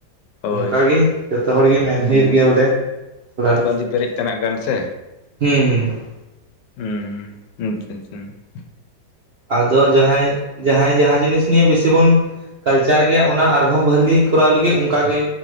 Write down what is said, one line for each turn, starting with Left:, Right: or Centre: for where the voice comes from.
Left: ᱦᱳᱭ
Right: ᱚᱱᱠᱟᱜ ᱜᱮ ᱡᱚᱛᱚ ᱦᱚᱲ ᱜᱮ ᱢᱮᱱ
Left: ᱢᱟᱱᱮ
Right: ᱦᱩᱭᱩᱜ ᱜᱮᱭᱟ ᱵᱚᱞᱮ ᱛᱷᱚᱲᱟ
Left: ᱵᱟᱸᱫᱤ ᱯᱮᱨᱮᱡ ᱛᱮᱱᱟᱜ ᱠᱟᱱ ᱥᱮ
Right: ᱦᱩᱸ ᱦᱩᱸ
Left: ᱦᱮᱸ <unintelligible> <unintelligible>
Right: ᱟᱫᱚ ᱡᱟᱦᱟᱸᱭ ᱡᱟᱦᱟᱸᱭ ᱡᱟᱦᱟᱸ ᱡᱤᱱᱤᱥ ᱱᱤᱭᱟᱹ ᱵᱮᱥᱤ ᱵᱩᱱ ᱠᱟᱞᱪᱟᱨ ᱜᱮᱭᱟ ᱚᱱᱟ ᱟᱨᱦᱚᱸ ᱵᱷᱷᱟᱞᱤ ᱠᱚᱨᱟᱣ ᱞᱟᱹᱜᱤᱫ ᱚᱱᱠᱟᱜᱮ